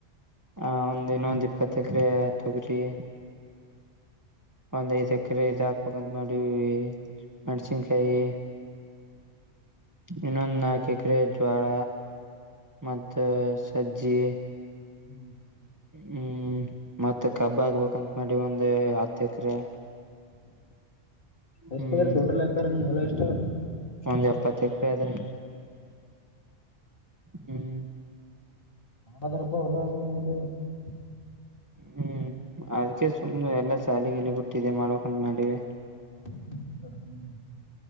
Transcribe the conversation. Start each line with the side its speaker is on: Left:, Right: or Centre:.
Right: ಆ ಒಂದ್ ಇನ್ನೊಂದ್ ಇಪ್ಪತ್ ಎಕರೆ ತೊಗ್ರಿ ಒಂದ್ ಐದ್ ಎಕರೆ ಇದ್ ಹಾಕ್ಬೇಕಂತ ಮಾಡೀ ಮೆಣ್ಸಿನ್ಕಾಯಿ ಇನ್ನೊಂದ ನಾಕಿಕರೆ ಜ್ವಾಳ ಮತ್ತ ಸಜ್ಜಿ
Left: ಹ್ಮ್ <unintelligible>
Right: ಹ್ಮ್ ಮತ್ತ ಕಬ್ಬ ಆಗ್ಬೇಕಂತ ಮಾಡಿ ಒಂದ ಹತ್ತ ಎಕ್ರ
Left: ಎಷ್ಟ
Right: ಹ್ಮ್
Left: ಅದ್ರ ಟೋಟಲ್ ಹಾಕಾರ ನಿಮ್ ಹೊಲ ಎಷ್ಟ
Right: ಒಂದ್ ಎಪ್ಪತ್ತ ಎಕರೆ ಆದ್ರೆ ಹ್ಮ್
Left: ಬದರಪ್ಪ ಹೊಲ ಅದ ನಿಂದು <unintelligible>
Right: ಹ್ಮ್ ಅದಕ ಸುಮ್ನೆ ಎಲ್ಲಾ ಸಾಲಿಗಿಲಿ ಬಿಟ್ಟ ಇದೆ ಮಾಡಬೇಕ ಅಂತ ಮಾಡಿವಿ
Left: ಹ